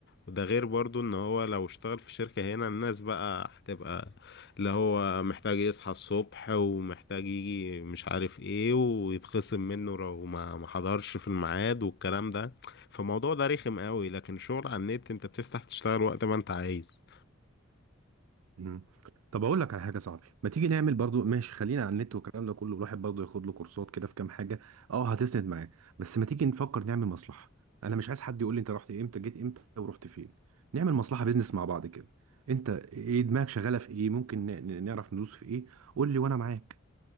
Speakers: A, on the left; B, on the right.
A: وده غير برضو ان هو لو اشتغل في شركة هنا الناس بقى هتبقى اللي هو محتاج يصحى الصبح ومحتاج يجي مش عارف ايه ويتخصم منه لو ما ما حضرش في الميعاد والكلام ده فالموضوع ده رخم قوي لكن شغل على النت انت بتفتح تشتغل وقت ما انت عايز
B: مم. طب اقول لك على حاجه يا صاحبي ما تيجي نعمل برضو ماشي خلينا على النت والكلام ده كله الواحد برضو ياخد له كورسات كده في كام حاجه اه هتسند معاه بس ما تيجي نفكر نعمل مصلحه انا مش عايز حد يقول لي انت رحت امتى جيت امتى ورحت فين نعمل مصلحه بيزنس مع بعض كده انت ايه دماغك شغاله في ايه ممكن ن- ن- نعرف ندوس في ايه قول لي وانا معاك